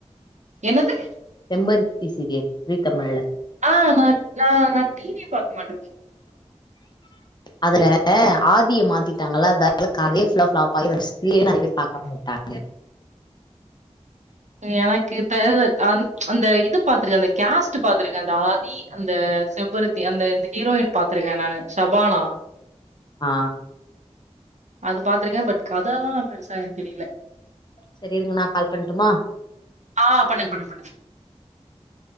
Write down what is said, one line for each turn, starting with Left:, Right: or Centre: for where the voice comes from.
Right: என்னது
Left: செம்பருத்தி சீரியல் சீ தமிழ்ல
Right: ஆ நா நா நா டிவிய பாக்க மாட்ட
Left: அதுல ஆதிய மாத்திட்டாங்கள அதனால கதயே ஃபுள்ள ஃபளாப் ஆகி அத்த சீரியல நிறைய பேர் பாக்காம உட்டாங்க
Right: எனக்கு இந்த அந் அந்த இது பாத்திருக்க அந்த கேஸ்ட் பாத்துருக்கே அந்த ஆதி அந்த செம்பருத்தி அந்த இந்த ஹீரோயின் பாத்திருக்கேன் நானு ஷபானா
Left: ஆ
Right: அது பாத்திருக்கேன் பட் கதாலான் பெருசா எனக் தெரியல
Left: செரி இருங்க நா கால் பண்ணட்டுமா
Right: ஆ பண்ணுங்க பண்ணுங்க பண்ணு